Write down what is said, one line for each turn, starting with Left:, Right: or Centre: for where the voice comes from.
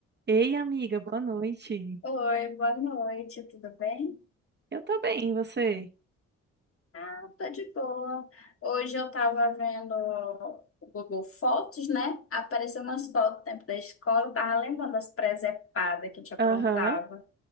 Right: Ei, amiga, boa noite.
Left: Oi, boa noite, tudo bem?
Right: Eu tô bem, e você?
Left: Eu tô de boa. Hoje eu tava vendo o Google Fotos, né? Apareceu umas fotos do tempo da escola, eu tava lembrando das presepadas que a gente aprontava.
Right: Aham,